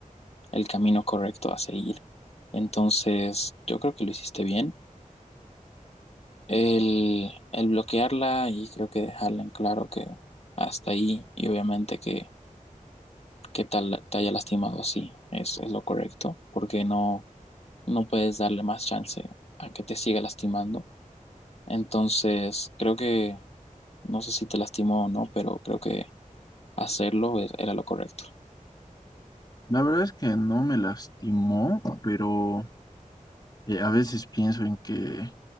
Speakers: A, on the left (about 50°); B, on the left (about 30°).
A: el camino correcto a seguir. Entonces yo creo que lo hiciste bien. El, el bloquearla y creo que dejarla en claro que hasta ahí y obviamente que que tal, te haya lastimado así, es, es lo correcto, porque no, no puedes darle más chance a que te siga lastimando. Entonces, creo que, no sé si te lastimó o no, pero creo que hacerlo e, era lo correcto.
B: la verdad es que no me lastimó, pero eh, a veces pienso en que